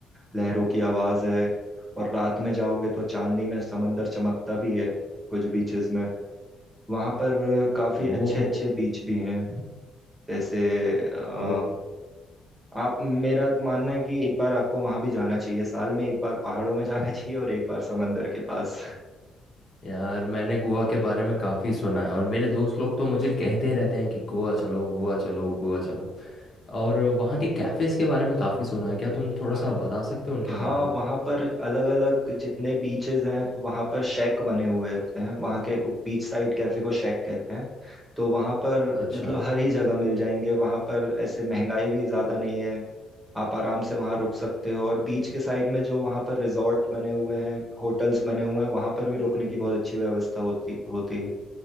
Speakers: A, on the right; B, on the left.
A: लहरों की आवाज़ है और रात में जाओगे तो चांदनी में समंदर चमकता भी है कुछ बीचेस में वहाँ पर काफ़ी
B: ओ
A: अच्छे अच्छे बीच भी हैं जैसे अ,
B: ओ
A: आप मेरा मानना है कि एक बार आपको वहाँ भी जाना चाहिए साल में एक बार पहाड़ों में जाना चाहिए और एक बार समंदर के पास
B: यार मैंने गोवा के बारे में काफ़ी सुना है और मेरे दोस्त लोग तो मुझे कहते रहते हैं कि गोवा चलो गोवा चलो गोवा चलो और वहाँ के कैफ़ेज़ के बारे में काफ़ी सुना है क्या तुम थोड़ा
A: हाँ
B: सा बता सकते हो उनके
A: हाँ
B: बारे में
A: वहाँ पर अलग अलग जितने बीचेस हैं वहाँ पर शेक बने हुए होते हैं वहाँ के बीच साइड कैफे को शेक कहते हैं तो वहाँ पर
B: अच्छा
A: मतलब हर ही जगह मिल जाएंगे वहाँ पर ऐसे महंगाई भी ज़्यादा नहीं है आप आराम से वहाँ रुक सकते हो और बीच के साइड में जो वहाँ पर रिजॉर्ट बने हुए हैं होटल्स बने हुए हैं वहाँ पर भी रुकने की बहुत अच्छी व्यवस्था होती होती है